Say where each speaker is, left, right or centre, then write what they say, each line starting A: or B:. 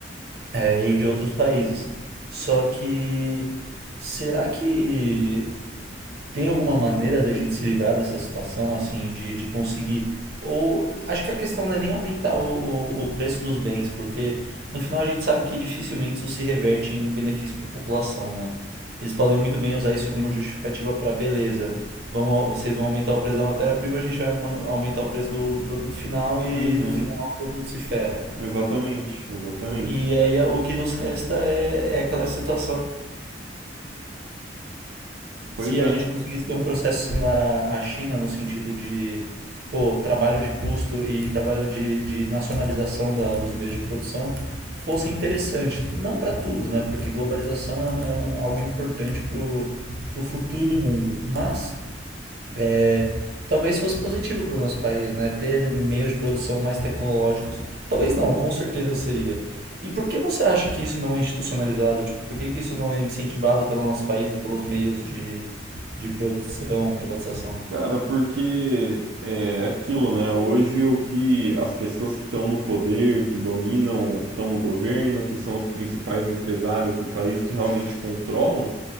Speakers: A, on the right (about 60°); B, on the right (about 85°).
A: é, e de outros países. Só que será que tem alguma maneira da gente se livrar dessa situação, assim, de, de conseguir? Ou acho que a questão não é nem aumentar o, o, o preço dos bens, porque no final a gente sabe que dificilmente isso se reverte em um benefício para a população, né? Eles podem muito bem usar isso como justificativa para beleza. Vamos, vocês vão aumentar o preço da matéria-prima, a gente vai ma- aumentar o preço do, do produto final e
B: Uhum,
A: no final todo mundo se ferra.
B: exatamente, exatamente.
A: E aí é, o que nos resta é, é aquela situação. Se
B: Pois é.
A: a gente conseguisse ter um processo similar à, à China, no sentido de pô, trabalho de custo e trabalho de, de nacionalização da, dos meios de produção, fosse interessante. Não para tudo, né? Porque globalização é, um, é um- algo importante para o futuro do mundo. Mas é, talvez fosse positivo para o nosso país, né? Ter meios de produção mais tecnológicos. Talvez não, com certeza seria. E por que você acha que isso não é institucionalizado? Tipo, por que que isso não é incentivado pelo nosso país e pelos meios de, de produção, privatização?
B: Cara, porque é aquilo, né? Hoje o que as pessoas que estão no poder, que dominam, que estão no governo, que são os principais empresários do país que realmente controlam,